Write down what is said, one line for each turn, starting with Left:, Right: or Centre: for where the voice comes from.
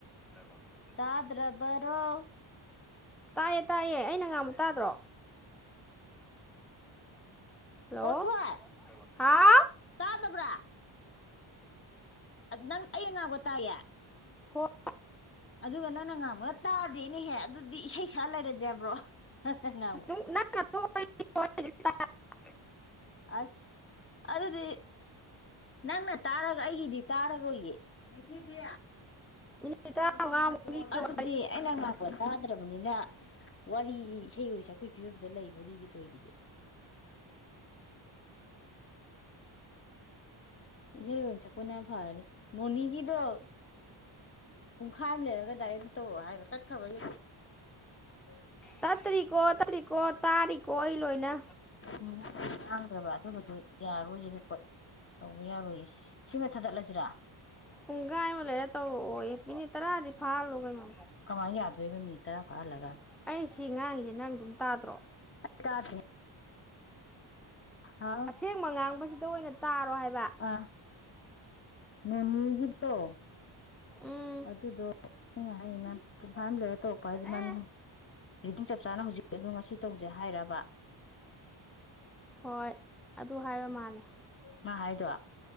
Centre: ꯗ꯭ꯔꯥꯒꯣꯟ ꯐ꯭ꯔꯨꯠ
Left: ꯇꯥꯗ꯭ꯔꯕꯔꯣ
Centre: ꯇꯥꯏꯌꯦ ꯇꯥꯏꯌꯦ ꯑꯩꯅ ꯉꯥꯡꯕ ꯇꯥꯗ꯭ꯔꯣ ꯍꯜꯂꯣ
Left: ꯑꯣ ꯊꯣꯏ
Centre: ꯍꯥꯎ
Left: ꯇꯥꯗꯕ꯭ꯔꯥ ꯅꯪ ꯑꯩꯅ ꯉꯥꯡꯕ ꯇꯥꯏꯌꯦ
Centre: ꯍꯣꯏ
Left: ꯑꯗꯨꯒ ꯅꯪꯅ ꯉꯥꯡꯕꯅ ꯇꯥꯗ‌ꯦꯅꯦꯍꯦ ꯑꯗꯨꯗꯤ ꯏꯁꯩ ꯁꯛꯑ ꯂꯩꯔꯖꯦ ꯍꯥꯏꯕ꯭ꯔꯣ <unintelligible>
Centre: <inaudible> <inaudible>
Left: ꯑꯁ ꯑꯗꯨꯗꯤ ꯅꯪꯅ ꯇꯥꯔꯒ ꯑꯩꯒꯤꯗꯤ ꯇꯥꯔꯔꯣꯏꯌ‌ꯦ ꯅꯤꯡꯊꯤꯕꯤ
Centre: ꯃꯤꯅꯤꯠ
Left: <unintelligible>
Centre: ꯇꯔꯥꯃꯉꯥꯃꯨꯛ ꯂꯤꯔꯣ
Left: ꯑꯗꯨꯗꯤ ꯑꯩꯅ ꯉꯥꯛꯄ ꯇꯥꯗ꯭ꯔꯕꯅꯤꯅ ꯋꯥꯔꯤꯖꯤ ꯏꯁꯩ ꯑꯣꯏ ꯁꯛꯄꯩ ꯐꯤꯕꯝꯗ ꯂꯩꯗꯣꯔꯤꯅ‌ꯦ ꯇꯧꯏꯖꯤꯗꯤ ꯏꯁꯩ ꯑꯣꯏꯅ ꯁꯛꯄꯅ ꯐꯔꯅꯤ ꯃꯣꯅꯤꯒꯤꯗꯣ ꯄꯨꯡꯈꯥꯏ ꯑ ꯂꯩꯔꯒ ꯗꯥꯏꯔꯦꯛ ꯇꯧꯔꯛꯑꯣ ꯍꯥꯏꯔ‌ꯣ ꯇꯠꯈ꯭ꯔꯕꯩ <unintelligible>
Centre: ꯇꯠꯇ꯭ꯔꯤꯀꯣ ꯇꯠ <inaudible> ꯀ‌ꯣ ꯇꯥꯔꯤꯀꯣ ꯑꯩ ꯂꯣꯏꯅ
Left: ꯎꯝ ꯃꯥꯡꯗ꯭ꯔꯕ <unintelligible> ꯌꯥꯔꯣꯏꯌꯦ ꯔꯤꯀꯣꯠ ꯇꯧꯕ ꯌꯥꯔꯣꯏꯌꯦ ꯁ ꯁꯤꯃ ꯊꯥꯗꯠꯂꯁꯤꯔꯥ
Centre: ꯄꯨꯡꯈꯥꯏ ꯑꯝ ꯂꯩꯔ ꯇꯧꯔꯛꯑꯣꯌ‌ꯦ ꯃꯤꯅꯤꯠ ꯇꯔꯥꯗꯤ ꯐꯥꯍꯜꯂꯨ ꯀꯩꯅꯣ
Left: ꯀꯃꯥꯏꯟ ꯌꯥꯗꯣꯏꯕ ꯃꯤꯅꯤ ꯇꯔꯥ ꯐꯍꯜꯂꯒ
Centre: ꯑꯩ ꯁꯤ ꯉꯥꯡꯉꯤꯁꯦ ꯅꯪ ꯑꯗꯨꯝ ꯇꯥꯗ꯭ꯔꯣ
Left: ꯇꯥꯗ‌ꯦ ꯍꯥꯎ
Centre: ꯑꯁꯦꯡꯕ ꯉꯥꯡꯕꯖꯤꯗ ꯑꯣꯏꯅ ꯇꯥꯔꯣ ꯍꯥꯏꯕ
Left: ꯑꯥ ꯅꯣꯅꯤꯒꯤꯗꯣ <unintelligible>
Centre: ꯎꯝ
Left: ꯑꯗꯨꯗꯣ ꯑꯩꯅ ꯍꯥꯏꯖꯤꯅ ꯄꯨꯡꯈꯥꯏ ꯑꯝ ꯂꯩꯔ ꯇꯧꯔꯛꯄ ꯍꯥꯏꯖ‌ꯦ
Centre: ꯑꯦ
Left: ꯃꯥꯅ ꯔꯤꯗꯤꯡ ꯆꯞ ꯆꯥꯅ ꯍꯧꯖꯤꯛ ꯑꯗꯨꯝ ꯉꯁꯤ ꯇꯧꯁꯦ ꯍꯥꯏꯔꯕ
Centre: ꯍꯣꯏ ꯑꯗꯨ ꯍꯥꯏꯕ ꯃꯥꯜꯂꯦ
Left: ꯃꯥ ꯍꯥꯏꯗ‌ꯣ